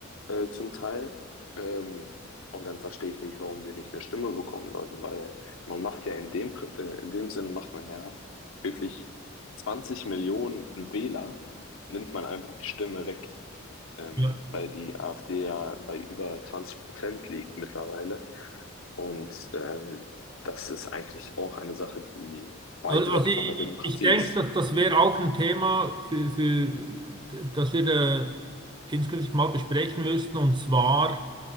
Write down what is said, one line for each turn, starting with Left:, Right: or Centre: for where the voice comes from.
Left: äh, zum Teil. Ähm, und dann verstehe ich nicht, warum sie nicht eine Stimme bekommen sollten, weil man macht ja in dem, Prin- äh, in dem Sinne macht man ja wirklich 20 Millionen Wähler nimmt man einfach die Stimme weg, ähm,
Right: Ja.
Left: weil die AfD ja bei über 20 Prozent liegt mittlerweile. Und ähm, das ist eigentlich auch eine Sache, die weit
Right: Also also
Left: weg
Right: ich,
Left: von der Demokratie
Right: ich denke,
Left: ist.
Right: dass das wäre auch ein Thema, für, für, das wir da künftig mal besprechen müssten, und zwar,